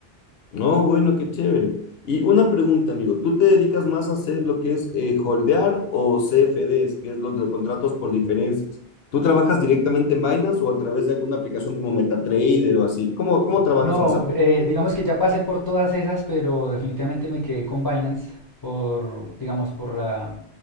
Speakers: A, on the left; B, on the left.
A: No, bueno, qué chévere. Y una pregunta, amigo, ¿tú te dedicas más a hacer lo que es eh, holdear o CFDs, que es los de contratos por diferencias? ¿Tú trabajas directamente en Binance o a través de alguna aplicación como MetaTrader o así? ¿Cómo, cómo trabajas
B: No,
A: en esa
B: eh, digamos que ya pasé por todas esas, pero definitivamente me quedé con Binance por, digamos, por la